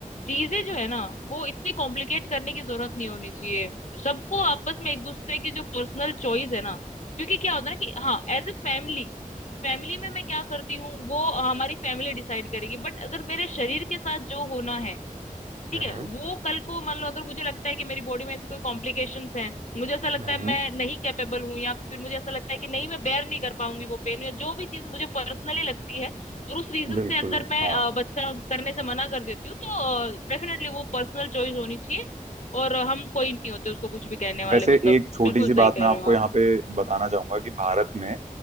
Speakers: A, on the left (about 55°); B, on the right (about 55°).
A: चीजें जो है ना वो इतनी कॉम्प्लिकेट करने की जरूरत नहीं होनी चाहिए सबको
B: हम्म
A: आपस में एक दूसरे की जो पर्सनल चॉइस है ना क्योंकि क्या होता है ना कि हाँ एज ए फैमिली फैमिली में मैं क्या करती हूँ वो हमारी फैमिली डिसाइड करेगी बट अगर मेरे शरीर के साथ जो होना है ठीक
B: हम्म
A: है वो कल को मान लो अगर मुझे लगता है कि मेरी बॉडी में ऐसी कोई कॉम्प्लिकेशंस हैं मुझे ऐसा लगता
B: हम्म,
A: है मैं नहीं कैपेबल हूँ या फिर मुझे ऐसा लगता है कि नहीं मैं बेयर नहीं कर पाऊंगी वो पेन या जो भी चीज मुझे पर्सनली लगती है और उस रीजन
B: बिल्कुल
A: से अगर मैं
B: हाँ
A: अ, बच्चा करने से मना कर देती हूँ तो डेफिनेटली वो पर्सनल चॉइस होनी चाहिए और अ, हम कोई नहीं होते उसको कुछ भी कहने वाले
B: वैसे
A: मतलब
B: एक छोटी
A: बिल्कुल
B: सी
A: सही
B: बात
A: कह
B: मैं आपको
A: रहे हो आप
B: यहाँ पे बताना चाहूंगा कि भारत में